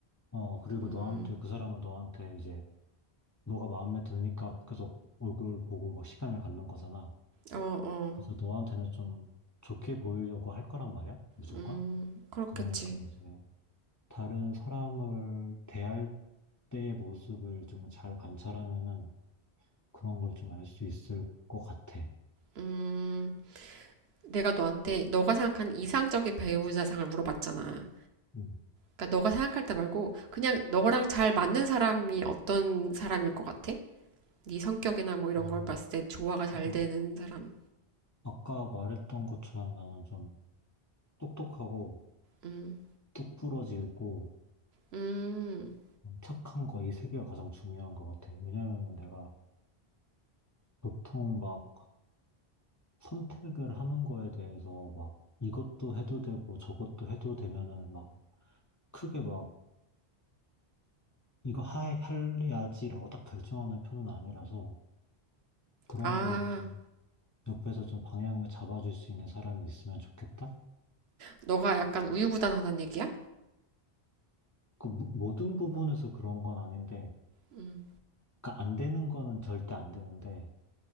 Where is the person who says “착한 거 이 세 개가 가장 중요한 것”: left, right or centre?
Left